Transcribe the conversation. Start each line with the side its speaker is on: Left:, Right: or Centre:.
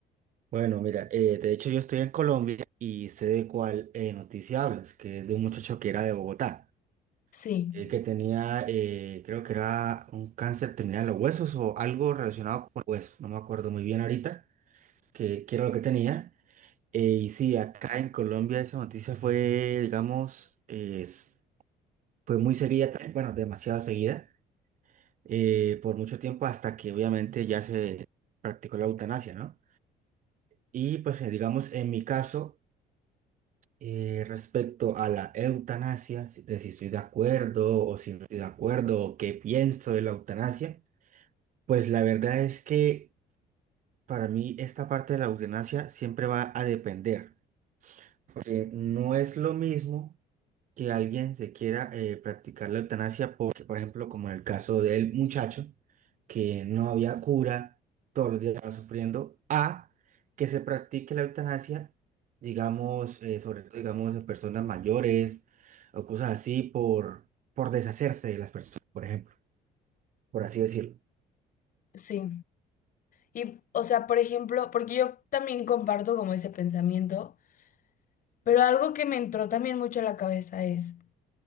Right: Bueno, mira, eh, de hecho yo estoy en Colombia y sé de cuál eh, noticia hablas, que es de un muchacho que era de Bogotá,
Left: Sí,
Right: eh, que tenía, eh, creo que era un cáncer terminal de los huesos o algo relacionado con huesos, no me acuerdo muy bien ahorita, que, que era lo que tenía. Eh, y sí, acá en Colombia esa noticia fue, digamos, es- fue muy seguida, también, bueno, demasiado seguida, eh, por mucho tiempo hasta que obviamente ya se practicó la eutanasia, ¿no? Y pues eh, digamos, en mi caso, eh, respecto a la eutanasia, si- de si estoy de acuerdo o si no estoy de acuerdo o qué pienso de la eutanasia, pues la verdad es que para mí esta parte de la eutanasia siempre va a depender, porque no es lo mismo. que alguien se quiera eh, practicar la eutanasia porque, por ejemplo, como en el caso del muchacho, que no había cura, todos los días estaba sufriendo, a que se practique la eutanasia, digamos, eh, sobre todo, digamos, en personas mayores o cosas así, por, por deshacerse de las personas, por ejemplo, por así decirlo.
Left: sí. Y, o sea, por ejemplo, porque yo también comparto como ese pensamiento, pero algo que me entró también mucho a la cabeza es